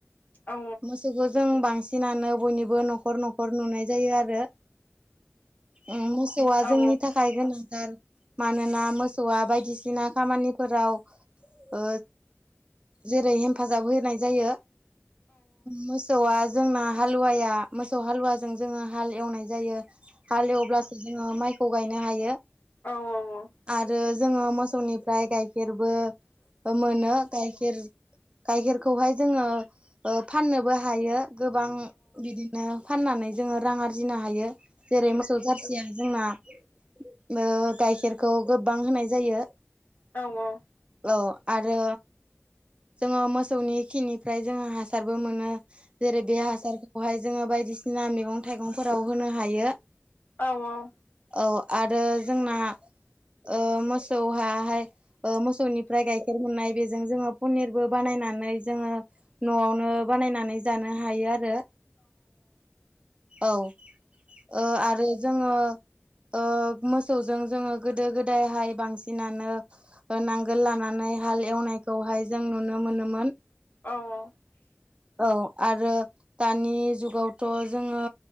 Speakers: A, on the left; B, on the right.
A: औ
B: मोस फोरखौ जों बांसिनानो बयनिबो न'खर न'खर नुनाय जायो आरो उम मोसौआ जोंनि
A: औ
B: थाखाय गोनांथार। मानोना मोसौआ बायदिसिना खामानिफोराव ओ जेरै हेफाजाब होनाय जायो। मोसौआ जोंना हालुवाया मोसौ हालुवाजों जोङो हाल एवनाय जायो। हाल एवब्लासो जोङो माइखौ गायनो हायो।
A: औ औ औ।
B: आरो जोङो मोसौनिफ्राय गाइखेरबो मोनो। गायखेर गायखेरखौहाय जोङो ओ फाननोबो हायो गोबां बिदिनो फाननानै जोङो रां आरजिनो हायो। जेरै मोसौ जारसिया जोंना ओ गाइखेरखौ गोबबां होनाय जायो।
A: औ औ।
B: औ आरो जोङो मोसौनि खिनिफ्राय जोङो हासारबो मोनो। जेरै बे हासारखौहाय जोङो बायदिसिना मैगं थाइगंफोराव होनो हायो।
A: औ औ।
B: औ आरो जोंना ओ मोसौहाहाय ओ मोसौनिफ्राय गाय खेर मोननाय बेजों जोङो पनिरबो बानायनानै जोङो न'आवनो बानायनानै जानो हायो आरो औ ओ आरो जोङो ओ मोसौजों जोङो गोदो गोदायहाय बांसिनानो ओ नांगोल लानानै हाल एवनायखौहाय जों नुनो मोनोमोन।
A: औ औ।
B: औ आरो दानि जुगावथ' जोङो